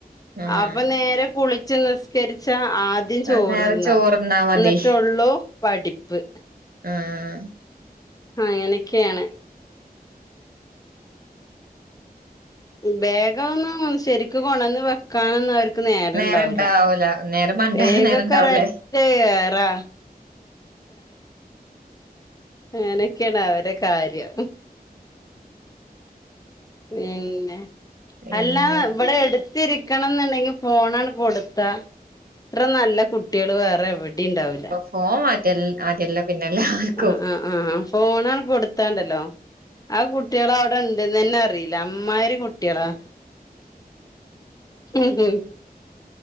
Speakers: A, on the right; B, on the left.
A: ഉം
B: അപ്പം നേരെ കുളിച്ച് നിസ്കരിച്ച ആ ദ്യം ചോറ്ന്ന
A: അത് നേരെ ചോറ്ന്നാ മതി
B: ന്നിട്ട്ള്ളൂ പഠിപ്പ്.
A: ആഹ്
B: അങ്ങനെക്കെയാണ്. ബാഗൊന്നും ശരിക്കും കൊണ്ടന്ന് വെക്കാനൊന്ന് അവർ ക്ക് നേരണ്ടാവൂല
A: നേരം ഇണ്ടാവൂല നേരം മണ്ടാ
B: ബേഗൊക്കെ
A: നേരം ഇണ്ടാവൂലേ
B: ഒര റ്റ ഏറാ അങ്ങനൊക്കെയാണ് അവരൊ കാര്യം പിന്നെ
A: പിന്നെ
B: അല്ലാ ഇവിടെ എടുത്തിരി ക്കണം ന്ന്ണ്ടെങ്കി ഫോണാണ് കൊടുത്താ ഇത്ര നല്ല കുട്ട്യാള് വേറെ എവിടിംണ്ടാവൂല്ല.
A: ഫോൺ മതി മതിയല്ലാം പിന്നെല്ലാർക്കും.
B: ആഹ് ആഹ് ആഹ് ഫോണാണ്ട് കൊടുത്താണ്ടല്ലോ ആ കുട്ട്യാള് അവിടെ ഇണ്ട്ന്നന്നെ അറിയില്ല. അമ്മാരി കുട്ട്യേളാ ഉം ഉം